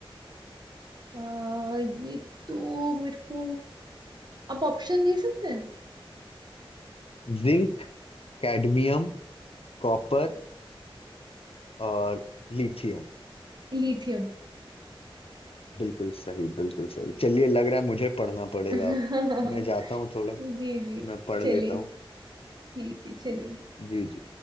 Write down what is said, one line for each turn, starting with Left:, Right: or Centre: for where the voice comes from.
Right: आ, ये तो मेरे को आप ऑप्शन दे सकते हैं
Left: जिंक कैडमियम कॉपर और लिथियम
Right: लिथियम
Left: बिल्कुल सही बिल्कुल सही चलिए लग रहा है मुझे पढ़ना पड़ेगा
Right: <laughs>
Left: अब मैं जाता हूँ
Right: जी
Left: थोड़ा
Right: जी
Left: मैं पढ़
Right: चलिए
Left: लेता हूँ
Right: ठीक है चलिए
Left: जी जी